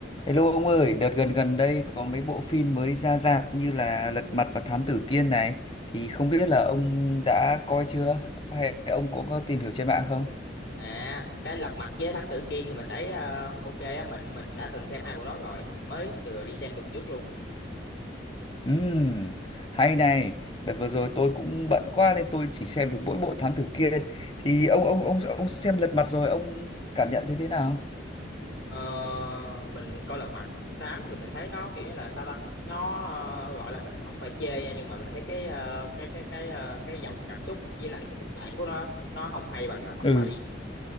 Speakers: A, on the left; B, on the left.
A: Hello ông ơi, đợt gần gần đây có mấy bộ phim mới ra rạp như là Lật Mặt và Thám Tử Kiên này thì không biết là ông đã coi chưa hay ông có, có tìm hiểu trên mạng không?
B: À, cái Lật Mặt với Thám Tử Kiên thì mình thấy ờ, ok á, mình mình đã từng xem hai bộ đó rồi, mới vừa đi xem tuần trước luôn.
A: Ừm, hay này, đợt vừa rồi tôi cũng bận quá nên tôi chỉ xem được mỗi bộ Thám Tử Kiên thì ông ông ông ông xem Lật Mặt rồi ông cảm nhận thấy thế nào?
B: Ờ, mình coi Lật Mặt tám thì mình thấy nó kiểu như là sao ta? Nó ờ, gọi là mình không phải chê nha, nhưng mà mình thấy cái ờ, cái cái cái ờ, cái dòng cảm xúc với lại cái kịch bản của nó nó không hay bằng Lật Mặt
A: Ừ.
B: bảy